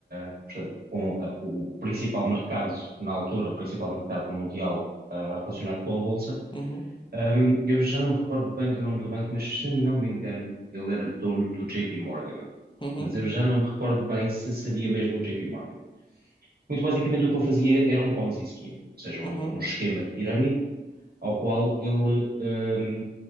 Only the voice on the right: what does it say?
portanto, com a- o principal mercado, na altura, o principal mercado mundial, ah, relacionado com a Bolsa.
Ahm, eu já não me recordo bem do nome do banco, mas se não me engano, ele era dono do JP Morgan.
Mas eu já não me recordo bem se seria mesmo o JP Morgan. Muito basicamente, o que ele fazia era um Ponzi scheme, ou seja, um,
um esquema de pirâmide ao qual ele ahm,